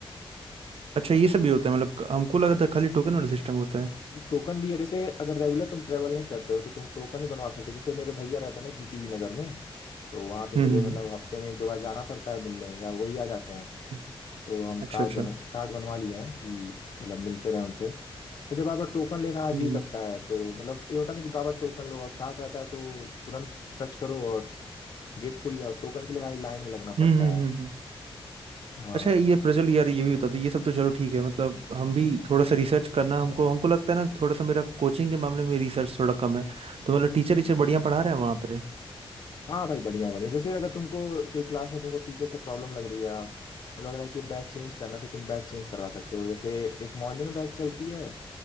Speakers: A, on the right; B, on the left.
A: अच्छा ये सब भी होता है मतलब हमको लगा था खाली टोकन वाला सिस्टम होता है
B: टोकन भी है जैसे अगर रेगुलर तुम ट्रेवल नहीं करते हो तो तुम टोकन ही बनवा सकते हो जैसे मेरे भैया रहते हैं ना जीटीवी नगर में तो वहाँ पे
A: हम्म
B: मुझे मतलब
A: हम्म
B: हफ्ते में एक दो बार जाना पड़ता है मिलने या वही आ जाते हैं
A: हम्म।
B: तो हम
A: अच्छा
B: कार्ड
A: अच्छा
B: बन कार्ड बनवा लिए हैं कि मतलब मिलते रहे उनसे जैसे बार बार टोकन लेना अजीब
A: हम्म हम्म
B: लगता है तो मतलब ये होता है ना कि बार बार टोकन लो और कार्ड रहता है तो तुरंत टच करो और गेट खुल गया और टोकन के लिए भाई लाइन में लगना पड़ता
A: हम्म हम्म
B: है
A: हम्म, हम्म।
B: हाँ
A: अच्छा ये प्रज्वल यार ये भी बता दो ये सब तो चलो ठीक है मतलब हम भी थोड़ा सा रिसर्च करना हमको हमको लगता है ना थोड़ा सा मेरा कोचिंग के मामले में रिसर्च थोड़ा कम है तो मतलब टीचर टीचर बढ़िया पढ़ा रहे हैं वहाँ पे
B: हाँ भाई बढ़िया बढ़िया जैसे अगर तुमको कोई क्लास में तुमको टीचर से प्रॉब्लम लग रही है और लग रहा है कि बैच चेंज करना है, तो तुम बैच चेंज करवा सकते हो जैसे एक मॉर्निंग में बैच चलती है